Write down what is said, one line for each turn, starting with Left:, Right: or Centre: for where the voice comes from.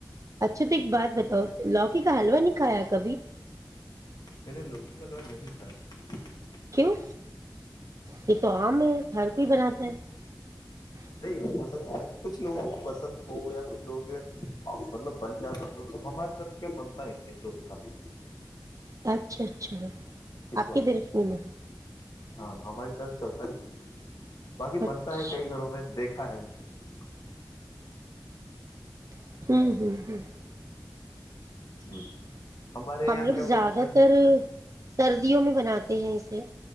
Right: اچھا تو ایک بات بتاؤ لوکی کا حلوا نہیں کھایا کبھی
Left: پے ل انوں نے نہیں کھاا <unintelligible>
Right: کیوں یہ تو آم ہے ہر کوئی بناتا ہے <unintelligible>
Left: نہیں ہو سکتا ہے کچھ لوگوں کو پسند ہو یا کچھ لوگوں کے مطلب بن جاتا ہو تو ہماریے طرف کیا بنتا ہی ہے لوک حال <unintelligible>
Right: اچھا اچھا <unintelligible>
Left: اس
Right: آپ
Left: وجہ
Right: کی طرف
Left: سے
Right: میں <unintelligible>
Left: ہاں ہماری طرف چلتا ہی ہے <unintelligible> باقی
Right: اچھا
Left: بنتا ہے کئی گھروں میں دیکھ <unintelligible> ک م ج <inaudible>
Right: <inaudible>
Left: جی ہمارے
Right: ہم
Left: یہاں
Right: لوگ
Left: کیا
Right: زیادہ
Left: بولتے ہیں
Right: تر سردیوں میں بناتے ہیں اسے